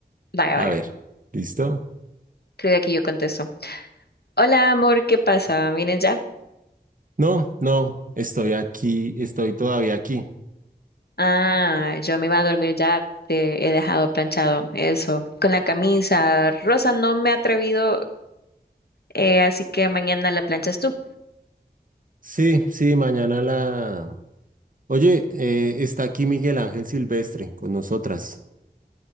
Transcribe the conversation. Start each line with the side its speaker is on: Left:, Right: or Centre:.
Left: Vaya,
Right: A
Left: vaya.
Right: ver, ¿listo?
Left: Creo que aquí yo contesto. Hola, amor, ¿qué pasa? ¿Vienes ya?
Right: No, no, estoy aquí, estoy todavía aquí.
Left: Ah, yo me iba a dormir ya. Te he dejado planchado eso. Con la camisa rosa no me he atrevido Eh, así que mañana la planchas tú.
Right: Sí, sí, mañana la... Oye, eh, está aquí Miguel Ángel Silvestre con nosotras.